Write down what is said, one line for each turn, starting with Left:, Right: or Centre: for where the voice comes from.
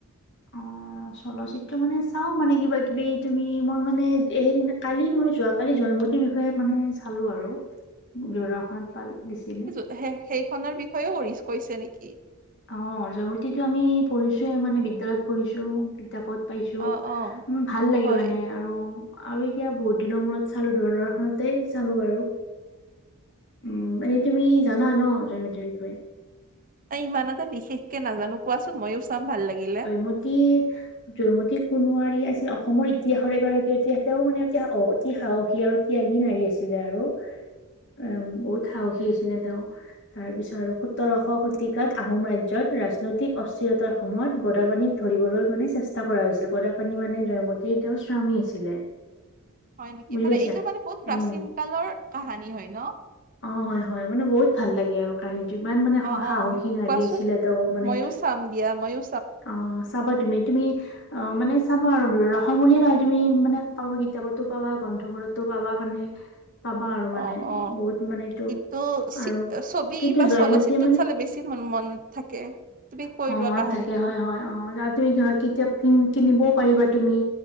Left: অ', চলচিত্ৰ মানে চাওঁ মানে কিবা কিবি তুমি মই মানে সেইদিনা, কালি মই যোৱাকালি জয়মত তিৰ বিষয়ে মানে চালোঁ আৰু দৰাখন পাল দিছিলে।
Right: সে-সেইখনৰ বিষয়েও কৰিছ কৈছে নেকি?
Left: অ' জয়মতীটো আমি পঢ়িছোঁয়ে মানে বিদ্যালয়ত পঢ়িছোঁ। কিতাপত পাইছোঁ।
Right: অ অ
Left: উম, ভাল লাগে
Right: হয়
Left: মানে। আৰু আৰু এতিয়া বহুত দিনৰ মূৰত চালোঁ, দূৰদৰ্শনতেই চালোঁ বাৰু। উম, এনে তুমি জানা ন' জয়মতীৰ বিষয়ে?
Right: এ, ইমান এটা বিশেষকে নাজানো, কোৱাচোন ময়ো চাম ভাল লাগিলে।
Left: মতী জয়মতী কোনৱাৰী আছিল অসমৰ ইতিহাসৰ এগৰাকী অতি, তেওঁ মানে অতি স, অতি সাহসী আৰু ত্যাগী নাৰী আছিলে আৰু, উম, বহুত সাহসী আছিলে তেওঁ। তাৰপিছত আৰু সোতৰশ শতিকাত আহোম ৰাজ্যত ৰাজনৈতিক অচ <unintelligible> সময়ত গদাপানীক ধৰিবলৈ মানে চেষ্টা কৰা হৈছিলে, গদাপানী মানে জয়মতীৰ তেওঁৰ স্বামী আছিলে। <inaudible>
Right: হয় নেকি?
Left: বুজি
Right: মানে
Left: পাইছা?
Right: এইটো মানে বহুত প্ৰাচীন
Left: উম,
Right: কালৰ কাহানী হয় ন'?
Left: অ' হয় হয় মানে বহুত ভাল লাগে আৰু কাহিনীটো, ইমান মানে সাহসী
Right: অ অ
Left: নাৰী
Right: কোৱাচোন?
Left: আছিলে তেওঁ মানে
Right: মইয়ো চাম দিয়া, ময়ো
Left: অ' চাবা তুমি, তুমি অ' মানে চাবা আৰু দূৰৰ অসম বুলিয়ে নহয় তুমি মানে পাবা কিতাপতো পাবা, গ্ৰন্থবোৰত তো পাবা মানে। পাবা আৰু মানে
Right: অ', অ'
Left: বহুত মানে এইটো
Right: কিন্তু
Left: আৰু
Right: ছবি
Left: কিন্তু
Right: বা
Left: জয়মতীয়ে
Right: চলচিত্ৰত
Left: মানে
Right: চালে বেছি মন মন থাকে। তুমি কৈ
Left: হ,
Right: লোৱা
Left: মনত
Right: কাহানীটো।
Left: থাকে হয় হয় অ', আৰু তুমি ধৰা কিতাপ কিনিবও পাৰিবা তুমি।